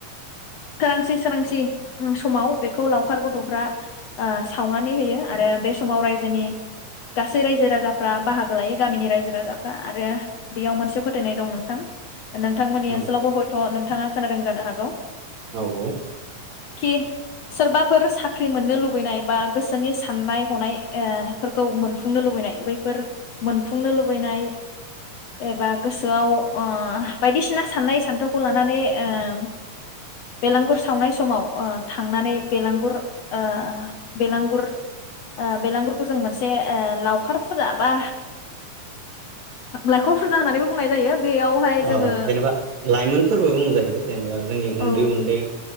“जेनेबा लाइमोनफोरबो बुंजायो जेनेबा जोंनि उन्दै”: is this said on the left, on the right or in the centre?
Right